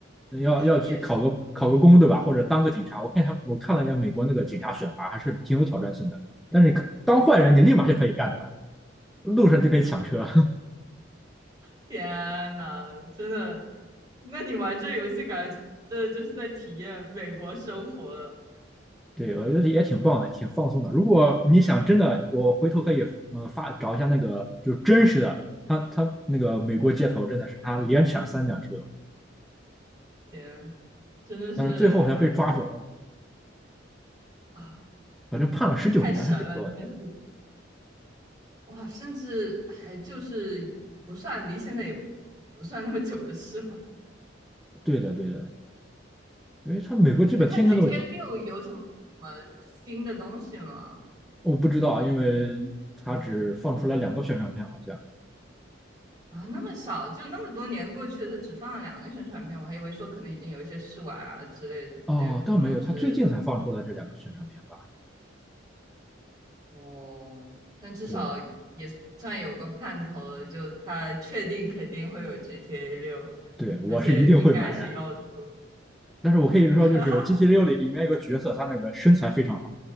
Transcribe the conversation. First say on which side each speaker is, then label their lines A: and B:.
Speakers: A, in the centre; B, on the right.
A: 要要去考个考个公，
B: 哎，也是，
A: 对吧？或者当个警察，我看一下，我看了一下美国那个警察选拔，还是挺有挑战性的。但是你当坏人，你立马就可以干的吧？路上就可以抢车，
B: 天呐，真的，那你玩这游戏感觉真的就是在体验美国生活，
A: 对，我觉得也挺棒的，挺放松的。如果你想真的，我回头可以嗯发找一下那个就是真实的，他他那个美国街头真的是他连抢三辆车，
B: 天，真的是。
A: 但是最后好像被抓住了，
B: 啊，
A: 好像判了十九年还是多少年？
B: 太神了，真的是哇！甚至还就是不算离现在也不算那么久的事嘛。
A: 对的对的，因为他美国基本天天都有，
B: 那它 GTA 六有什么新的东西吗？
A: 我不知道，因为他只放出来两个宣传片好像。
B: 啊，那么少，就那么多年过去了，它只放了两个宣传片，我还以为说可能已经有一些试玩啊之类的
A: 哦，
B: demo
A: 倒没有，他最近才放出来这两个宣传片吧？
B: 之类的东西。哦，但至少也算有个盼头了，
A: 对
B: 就它确定肯定会有 GTA 六，
A: 对，我是一定会买的。
B: 而且应该是要出
A: 但是我可以说，
B: 哈，
A: 就是 GTA 六里里面有个角色，他那个身材非常好，